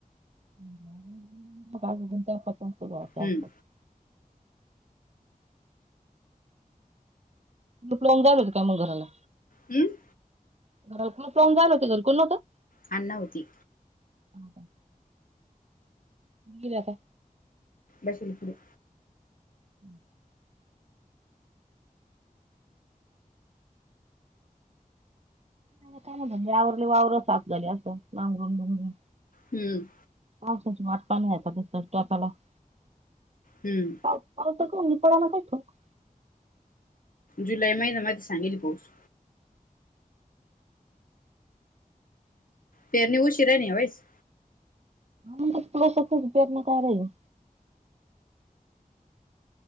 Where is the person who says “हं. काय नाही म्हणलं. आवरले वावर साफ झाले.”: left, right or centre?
Right